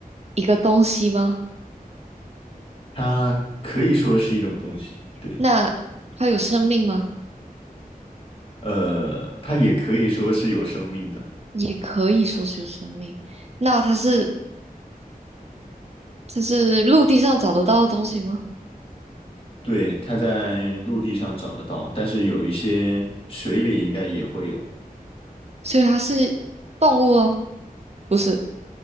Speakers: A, on the right (about 45°); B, on the left (about 35°).
A: 一个东西吗？
B: 它可以说是一种东西，对，
A: 那它有生命吗？
B: 呃，它也可以说是有生命的，
A: 也可以说是有生命。那它是它是陆地上找得到的东西吗？
B: 对，它在陆地上找得到，但是有一些水里应该也会有，
A: 所以它是动物咯，不是